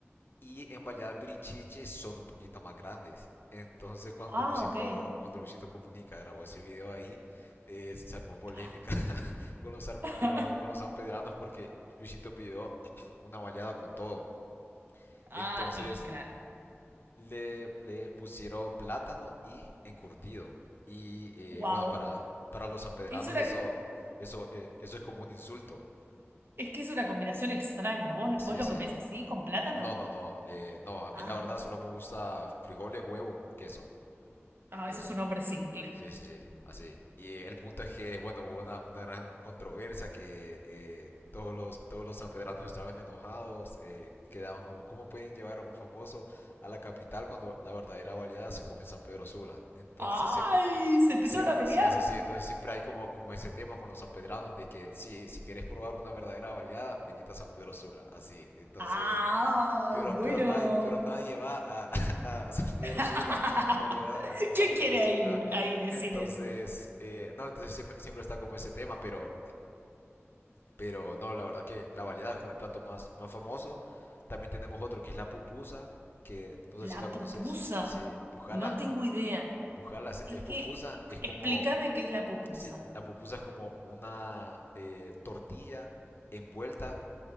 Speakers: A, on the left; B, on the right.
A: y en Baleadas Birichiche son un poquito más grandes. Entonces cuando
B: Ah,
A: Luisito,
B: ok.
A: cuando Luisito Comunica grabó ese video ahí, eh, se armó polémica
B: Ah.
A: <laughs> con los, ar-
B: <laughs>
A: con los, con los sanpedranos porque Luisito pidió <clears throat> una baleada con todo.
B: Ah,
A: Entonces
B: y claro.
A: le, le pusieron plátano y encurtido. Y eh,
B: Wow.
A: bueno, para, para los sanpedranos
B: Es una,
A: eso, eso, eh, eso es como un insulto.
B: es que es una combinación extraña. ¿Vos,
A: Sí,
B: vos lo
A: sí.
B: comés así, con plátano?
A: No, no, no. eh, no, a mí
B: Ah.
A: la verdad solo me gusta frijoles, huevo, queso.
B: Ah,
A: Eso.
B: eso es un hombre single.
A: Sí, sí, sí, así. Y el punto es que, bueno, hubo una, una gran controversia que eh, todos los, todos los sanpedranos estaban enojados, eh, quedaban como, ¿cómo pueden llevar a un famoso a la capital cuando la verdadera baleada se come en San Pedro Sula? Entonces
B: ¡Ay!
A: siempre,
B: Se empezaron
A: siem-
B: a pelear.
A: sí, sí, sí, entonces siempre hay como, como ese tema con los sanpedranos de que si, si quieres probar una verdadera baleada, venite a San Pedro Sula, así. Entonces...
B: ¡Ay!
A: Pero,
B: Bueno.
A: pero nadie, pero nadie va a, <laughs> a- San Pedro
B: <laughs>
A: Sula, nadie va a, a San
B: ¿Quién
A: Pedro
B: quiere
A: Sula,
B: ir ahí? Deciles.
A: entonces, eh, no, entonces siempre, siempre está como ese tema, pero, pero no, la verdad que la baleada es como el plato más, más famoso. También tenemos otro que es la pupusa, que no sé
B: La
A: si la conoces,
B: pupusa.
A: sí, buscala,
B: No tengo idea.
A: buscala, es
B: Es
A: es
B: que,
A: pupusa, es como,
B: explícame qué es la pupusa.
A: sí, la pupusa es como una eh, tortilla envuelta